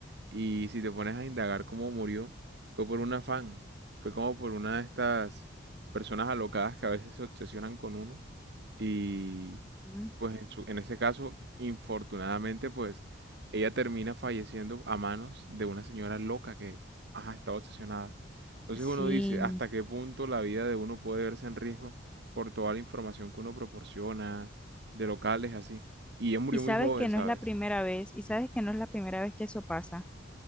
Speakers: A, on the right; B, in the centre.
A: y si te pones a indagar cómo murió, fue por un afán, fue como por una de estas personas alocadas que a veces se obsesionan con uno y
B: Ujú.
A: pues en su- en ese caso, infortunadamente, pues ella termina falleciendo a manos de una señora loca que, ajá, está obsesionada. Entonces
B: Sí.
A: uno dice, ¿hasta qué punto la vida de uno puede verse en riesgo por toda la información que uno proporciona de locales así? Y ella murió
B: Y sabes
A: muy joven,
B: que
A: ¿sabes?
B: no es la primera vez, y sabes que no es la primera vez que eso pasa.